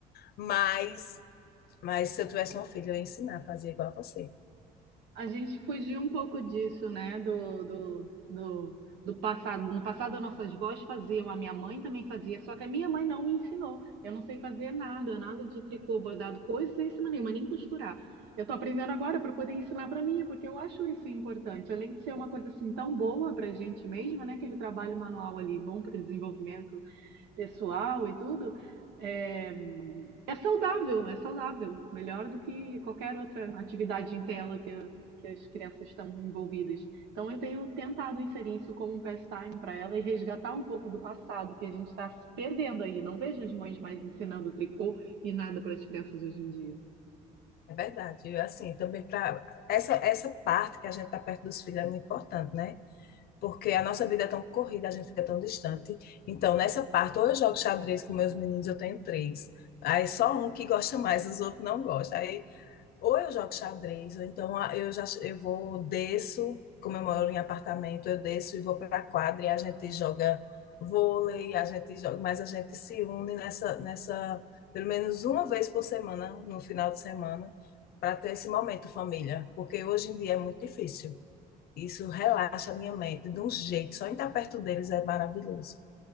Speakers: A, on the left; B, on the right.
A: Mas Mas se eu tivesse uma filha, eu ia ensinar a fazer igual a você.
B: A gente fugiu um pouco disso, né? Do, do, do, do passado. No passado, as nossas vós faziam, a minha mãe também fazia, só que a minha mãe não me ensinou. Eu não sei fazer nada, nada de tricô, bordado, coisíssima nenhuma, nem costurar. Eu tô aprendendo agora para poder ensinar para mim, porque eu acho isso importante. Além de ser uma coisa assim tão boa para a gente mesma, né? Aquele trabalho manual ali, bom para o desenvolvimento pessoal e tudo, é, é saudável, é saudável. Melhor do que qualquer outra atividade em tela que, a- que as crianças estão envolvidas. Então, eu tenho tentado inserir isso como um pastime para ela e resgatar um pouco do passado que a gente está perdendo aí. Não vejo as mães mais ensinando tricô e nada para as crianças hoje em dia.
A: É verdade. Eu, assim, também para essa essa parte que a gente está perto dos filhos é muito importante, né? Porque a nossa vida é tão corrida, a gente fica tão distante. Então, nessa parte, ou eu jogo xadrez com meus meninos, eu tenho três. Aí só um que gosta mais, os outros não gostam. Aí Ou eu jogo xadrez, ou então ah, eu já eu vou, desço, como eu moro em apartamento, eu desço e vou para a quadra e a gente joga vôlei, a gente joga, mas a gente se une nessa, nessa pelo menos uma vez por semana, no final de semana, para ter esse momento família, porque hoje em dia é muito difícil. Isso relaxa a minha mente de um jeito, só em estar perto deles é maravilhoso.